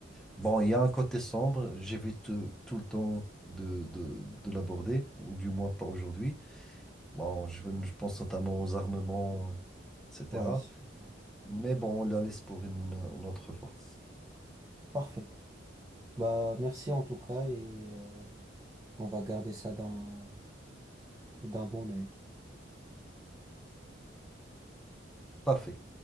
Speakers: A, in the centre; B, on the right.
A: Bon, il y a un côté sombre, j'évite euh, tout le temps de, de, de l'aborder, ou du moins pas aujourd'hui. Bon, je, veux- je pense notamment aux armements, etc.
B: Ouais, c'est- ouais.
A: Mais bon, on la laisse pour une une autre fois.
B: parfait. Bah, merci en tout cas et euh, on va garder ça d'un, d'un bon œil.
A: Parfait.